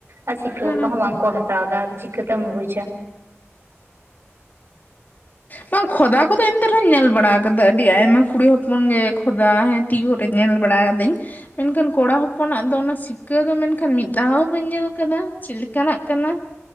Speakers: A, on the right (about 60°); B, on the left (about 40°).
A: ᱟᱨ ᱥᱤᱠᱟᱹᱣ
B: ᱦᱩᱸ
A: ᱠᱚᱦᱚᱸ ᱵᱟᱝᱠᱚ ᱦᱟᱛᱟᱣ ᱫᱟ ᱟᱫᱚ ᱪᱤᱠᱟᱹᱛᱮᱢ ᱵᱩᱪᱟ
B: ᱵᱟᱝ ᱠᱷᱚᱫᱟ ᱠᱚᱫᱚ ᱮᱱᱛᱮ ᱨᱮᱦᱚᱸᱧ ᱧᱮᱞ ᱵᱟᱲᱟ ᱟᱠᱟᱫᱟ ᱟᱹᱰᱤ ᱟᱭᱢᱟ ᱠᱩᱲᱤ ᱦᱚᱯᱚᱱ ᱜᱮ ᱠᱷᱚᱫᱟ ᱦᱮᱸ ᱛᱤᱭᱳ ᱨᱮ ᱧᱮᱞ ᱵᱟᱲᱟ ᱟᱹᱫᱟᱹᱧ ᱢᱮᱱᱠᱷᱟᱱ ᱠᱚᱲᱟ ᱦᱚᱯᱚᱱᱟᱜ ᱫᱚ ᱚᱱᱟ ᱥᱤᱠᱷᱠᱟᱹ ᱫᱚ ᱢᱮᱱᱠᱷᱟᱱ ᱢᱤᱫ ᱫᱷᱟᱣ ᱦᱚᱸ ᱵᱟᱹᱧ ᱧᱮᱞ ᱠᱟᱫᱟ ᱪᱮᱫ ᱞᱮᱠᱟᱱᱟᱜ ᱠᱟᱱᱟ